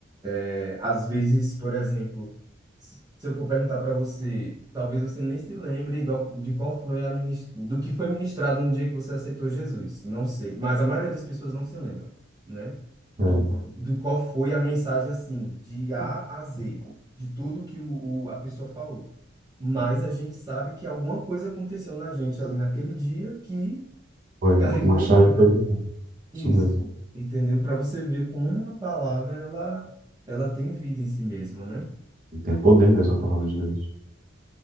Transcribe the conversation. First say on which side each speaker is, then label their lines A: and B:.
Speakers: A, on the right; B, on the right.
A: É, às vezes, por exemplo, se se eu for perguntar para você, talvez você nem se lembre do- de qual foi a minis- do que foi ministrado no dia que você aceitou Jesus. Não sei, mas a maioria das pessoas não se lembram, né? Do,
B: é.
A: do qual foi a mensagem assim, de A a Z, de tudo que o, o- a pessoa falou. Mas a gente sabe que alguma coisa aconteceu na gente ali naquele dia que
B: Foi.
A: carregou
B: Uma chave
A: vida.
B: foi.
A: Isso,
B: Isso mesmo.
A: entendeu? Para você ver como uma palavra ela, ela tem vida em si mesma, né?
B: Tem poder mesmo a palavra de Deus.